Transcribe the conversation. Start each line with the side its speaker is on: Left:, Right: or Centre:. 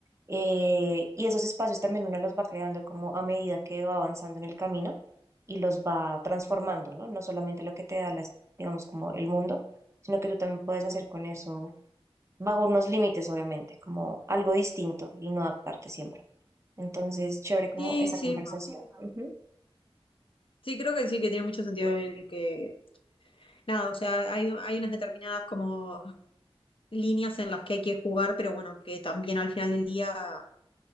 Right: Eh, y esos espacios también uno los va creando como a medida que va avanzando en el camino y los va transformando, ¿no? No solamente lo que te da las, digamos, como el mundo, sino que tú también puedes hacer con eso bajo unos límites, obviamente, como algo distinto y no adaptarte siempre. Entonces, chévere como
Left: sí,
Right: esa
Left: sí.
Right: conversación. Ujú,
Left: Sí, creo que sí, que tiene mucho sentido el que. Nada, o sea, hay, hay unas determinadas como líneas en las que hay que jugar, pero bueno, que también al final del día